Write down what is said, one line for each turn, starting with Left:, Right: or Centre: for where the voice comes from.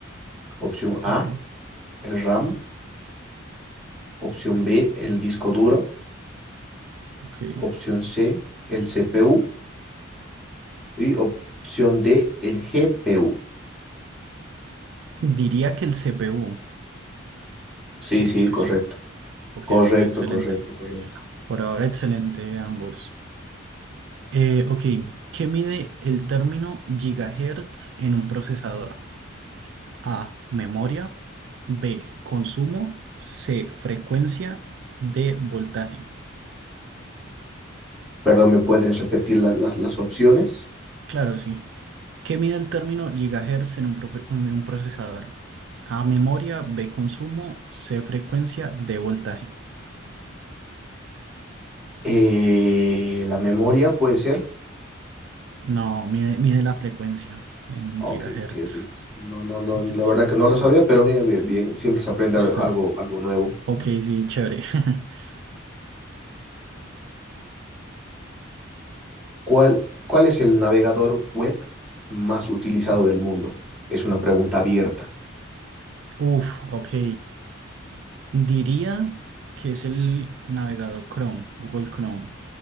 Centre: Opción A,
Right: Ok,
Centre: el RAM. Opción B, el disco duro.
Right: ok.
Centre: Opción C, el CPU. Y opción D, el GPU.
Right: Diría que el CPU,
Centre: Sí,
Right: no
Centre: sí,
Right: estoy
Centre: correcto.
Right: seguro. Ok,
Centre: Correcto,
Right: ok, excelente.
Centre: correcto, correcto.
Right: Por ahora, excelente ambos. Eh, ok, ¿qué mide el término gigahertz en un procesador? A, memoria, B, consumo, C, frecuencia, D, voltaje.
Centre: Perdón, ¿me puedes repetir la- las las opciones?
Right: Claro, sí. ¿Qué mide el término gigahertz en un, profe- en un procesador? A, memoria, B, consumo, C, frecuencia, D, voltaje.
Centre: Eh, la memoria puede ser.
Right: No, mide, mide la frecuencia en
Centre: Ah,
Right: gigahertz.
Centre: ok, ok, ok. No, no, no,
Right: Ok,
Centre: la
Right: ok,
Centre: verdad que no lo sabía, pero bien, bien, bien, siempre se aprende
Right: Está
Centre: al- algo,
Right: bien.
Centre: algo nuevo.
Right: Ok, sí, chévere. <laughs>
Centre: ¿Cuál, cuál es el navegador web más utilizado del mundo? Es una pregunta abierta.
Right: Uf, ok. Diría que es el navegador Chrome, Google Chrome.